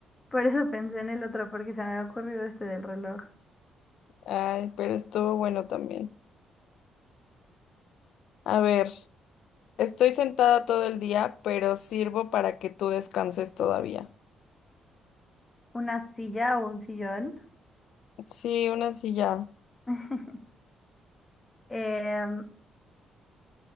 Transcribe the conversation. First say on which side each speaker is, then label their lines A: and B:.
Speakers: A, on the left; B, on the left.
A: Por eso pensé en el otro, porque se me había ocurrido este del reloj.
B: Ay, pero estuvo bueno también. A ver. Estoy sentada todo el día, pero sirvo para que tú descanses todavía.
A: Una silla o un sillón.
B: Sí, una silla,
A: <laughs> Em,